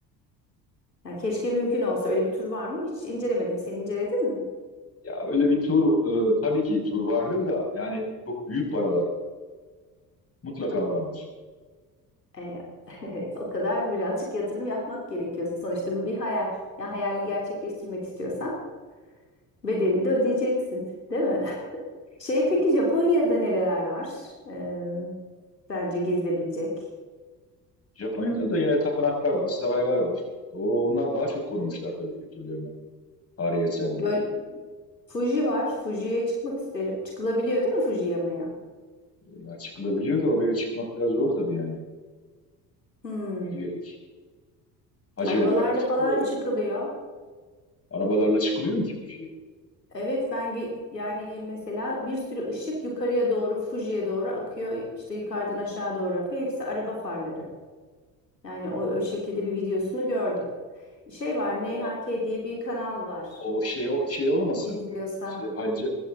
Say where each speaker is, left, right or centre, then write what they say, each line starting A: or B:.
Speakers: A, on the left; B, on the left.
A: Yani keşke mümkün olsa öyle bir tur var mı? Hiç incelemedim. Sen inceledin mi?
B: Ya öyle bir tur e, tabii ki tur vardır da yani çok büyük paralar mutlaka vardır.
A: Ee, <laughs> o kadar birazcık yatırım yapmak gerekiyor. Sonuçta bu bir hayal. Ya hayalini gerçekleştirmek istiyorsan bedelini de ödeyeceksin, değil mi? <laughs> Şey peki
B: Evet.
A: Japonya'da nereler var? Ee, bence gezilebilecek.
B: Japonya'da da yine tapınaklar var, saraylar var. O, onlar daha çok korumuşlar tabii kültürlerini, tarihi eserleri.
A: Göl, Fuji var. Fuji'ye çıkmak isterim. Çıkılabiliyor değil mi Fuji yamaya?
B: E, Ya çıkılabiliyor da oraya çıkmak biraz zor tabii yani.
A: Hmm.
B: Yürüyerek. Hacı
A: Arabalarla
B: olarak çıkıyorlar.
A: falan çıkılıyor.
B: Arabalarla çıkılıyor mu ki Fuji'ye?
A: Evet ben ge- yani mesela bir sürü ışık yukarıya doğru Fuji'ye doğru akıyor. İşte yukarıdan aşağı doğru akıyor. Hepsi araba farları. Yani o, o şekilde bir videosunu gördüm. Şey var NHK
B: O,
A: diye bir kanal var.
B: o şey, o şey olmasın.
A: İzliyorsa.
B: İşte hacı